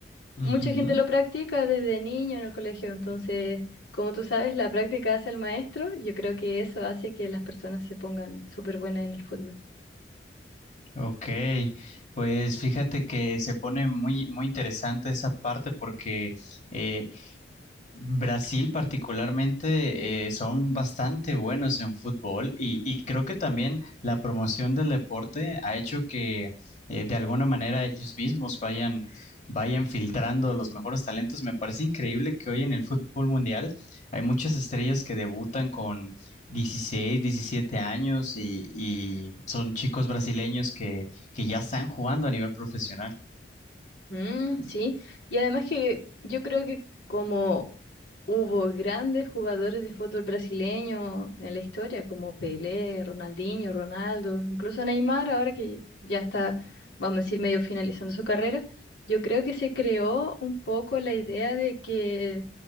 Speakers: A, on the left; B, on the left.
A: mucha
B: Ujú.
A: gente lo practica desde niño en el colegio, entonces, como tú sabes, la práctica hace al maestro, yo creo que eso hace que las personas se pongan súper buenas en el fútbol.
B: Ok, pues fíjate que se pone muy, muy interesante esa parte porque eh, Brasil particularmente eh, son bastante buenos en fútbol y, y creo que también la promoción del deporte ha hecho que eh, de alguna manera ellos mismos vayan, vayan filtrando los mejores talentos. Me parece increíble que hoy en el fútbol mundial hay muchas estrellas que debutan con 16, 17 años y, y son chicos brasileños que, que ya están jugando a nivel profesional.
A: Mm, sí, y además que yo creo que como hubo grandes jugadores de fútbol brasileño en la historia, como Pelé, Ronaldinho, Ronaldo, incluso Neymar, ahora que ya está, vamos a decir, medio finalizando su carrera, yo creo que se creó un poco la idea de que